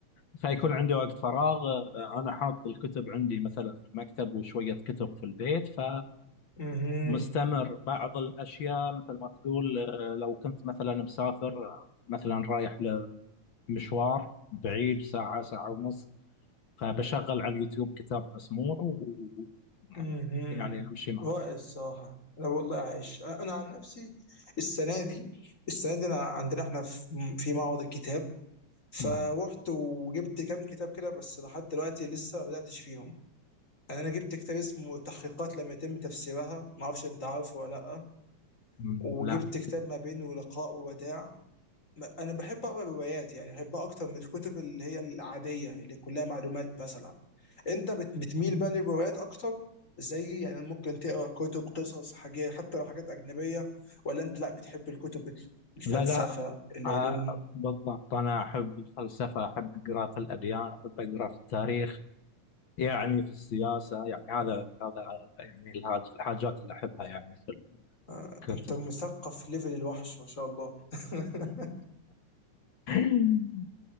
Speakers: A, on the left; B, on the left.
A: فيكون عندي وقت فراغ أنا حاط الكتب عندي مثلا في المكتب وشوية كتب في البيت ف
B: امم
A: مستمر بعض الأشياء مثل ما تقول آه، لو كنت مثلا مسافر آه، مثلا رايح لمشوار بعيد ساعة ساعة ونص فبشغل على اليوتيوب كتاب مسموع و... و-
B: امم
A: يعني أمشي معه
B: رائع الصراحة أنا والله عايش أنا عن نفسي السنة دي السنة دي أنا عندنا إحنا في في معرض الكتاب فروحت
A: مع...
B: وجبت كام كتاب كده بس لحد دلوقتي لسه ما بدأتش فيهم يعني أنا جبت كتاب اسمه تحقيقات لم يتم تفسيرها ما أعرفش أنت عارفه ولا لأ
A: مم،
B: وجبت
A: لا
B: كتاب ما بين ولقاء ووداع ما- انا بحب اقرا روايات يعني بحبها اكتر من الكتب اللي هي العاديه اللي كلها معلومات مثلا انت بت- بتميل بقى للروايات اكتر زي يعني ممكن تقرا كتب قصص حاجات حتى لو حاجات اجنبيه ولا انت لا بتحب الكتب ال- الفلسفه
A: لا لا
B: العلوم
A: آه، بالضبط أنا أحب الفلسفة أحب أقرأ في الأديان أحب أقرأ في التاريخ يعني في السياسة يعني هذا هذا يعني الحاج- الحاجات اللي أحبها يعني في
B: آه،
A: الكتب
B: انت مثقف ليفل الوحش ما شاء الله <laughs>
A: <laughs>